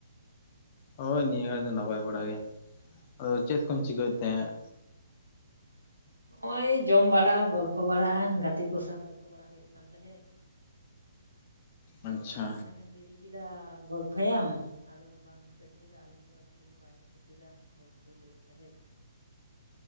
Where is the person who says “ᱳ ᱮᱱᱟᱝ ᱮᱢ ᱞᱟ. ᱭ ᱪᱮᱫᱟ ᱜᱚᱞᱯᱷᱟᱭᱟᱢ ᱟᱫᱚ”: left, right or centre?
Right